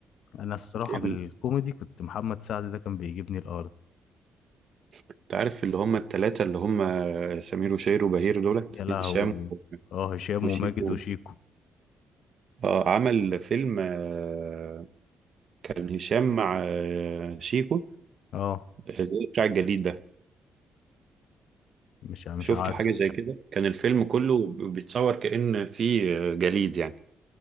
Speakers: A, on the left; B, on the right.
A: انا الصراحه
B: ال-
A: في الكوميدي كنت محمد سعد ده كان بيجيبني الارض
B: انت عارف اللي هم التلاتة اللي هم سمير وشير وبهير دول
A: يا لهوي
B: هشام
A: اه هشام
B: وشيكو
A: وماجد وشيكو
B: اه عمل فيلم آه، كان هشام مع آه، شيكو
A: اه
B: آه، بتاع الجليد ده
A: مش مش
B: شفت
A: عارف
B: حاجة زي كده كان الفيلم كله ب- بيتصور كأن في آه، جليد يعني